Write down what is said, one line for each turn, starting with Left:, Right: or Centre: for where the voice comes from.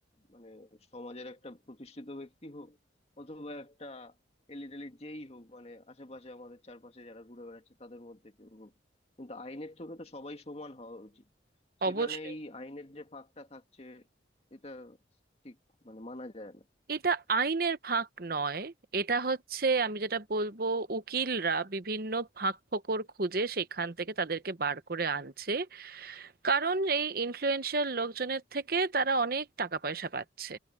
Left: মানে সমাজের একটা প্রতিষ্ঠিত ব্যক্তি হোক অথবা একটা এলিটেলি যেই হোক মানে আশেপাশে আমাদের চারপাশে যারা ঘুরে বেড়াচ্ছে তাদের মধ্যে কেউ হোক কিন্তু আইনের চোখে তো সবাই সমান হওয়া উচিত সেখানে
Right: অবশ্যই
Left: এই আইনের যে ফাঁকটা থাকছে এটা ঠিক মানে মানা যায় না
Right: এটা আইনের ফাঁক নয় এটা হচ্ছে আমি যেটা বলবো উকিলরা বিভিন্ন ফাঁক ফোকর খুঁজে সেখান থেকে তাদেরকে বার করে আনছে কারণ এই ইনফ্লুয়েন্সিয়াল লোকজনের থেকে তারা অনেক টাকা পয়সা পাচ্ছে